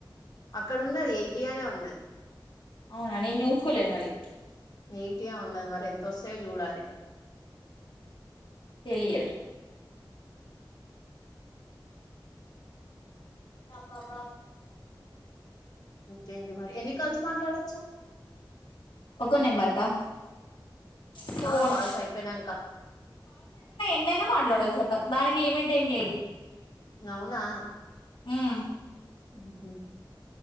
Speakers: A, on the left (about 55°); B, on the left (about 75°).
A: అక్కడ ఉన్నది ఎయిటీయానే ఉన్నది
B: అవునా నేను చూసుకోలేదు మరి
A: ఎ యిటిగా ఉన్నది మరి ఎంతొస్తాయో చూడాలి ఇక
B: తెలియదు <inaudible>
A: ఇంకేంటి మరి ఎన్ని కలిసి మాట్లాడొచ్చా
B: ఒక నెంబర్కా ఫోర్
A: ఆ కాల్స్ అయిపోయినాంక
B: న్నైనా మాట్లాడవచ్చు దానికి లిమిట్ ఏం లేదు
A: అవునా
B: ఉమ్
A: ఉహ